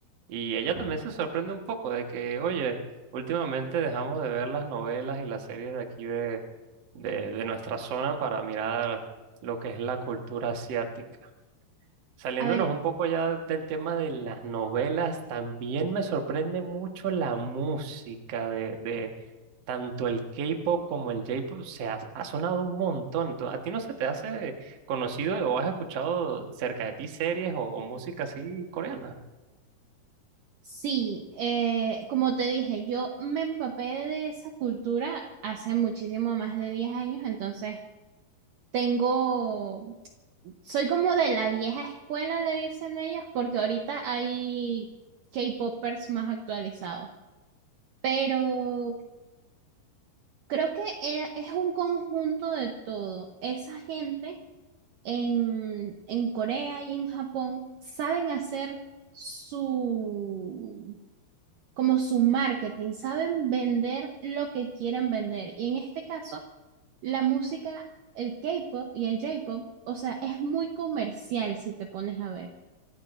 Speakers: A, on the right; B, on the right.
A: y ella también se sorprende un poco de que, oye, últimamente dejamos de ver las novelas y las series de aquí de, de nuestra zona para mirar lo que es la cultura asiática. Saliéndonos
B: A ver,
A: un poco ya del tema de las novelas, también me sorprende mucho la música de, de tanto el K-pop como el J-pop. Se ha, ha sonado un montón. ¿Tú- ¿A ti no se te hace conocido o has escuchado cerca de ti series o, o música así coreana?
B: sí, eh, como te dije, yo me empapé de esa cultura hace muchísimo más de 10 años, entonces tengo soy como de la vieja escuela, le dicen ellos, porque ahorita hay K-popers más actualizados. Pero creo que era- es un conjunto de todo. Esa gente en, en Corea y en Japón saben hacer su, como su marketing, saben vender lo que quieren vender. Y en este caso, la música, el K-pop y el J-pop, o sea, es muy comercial si te pones a ver.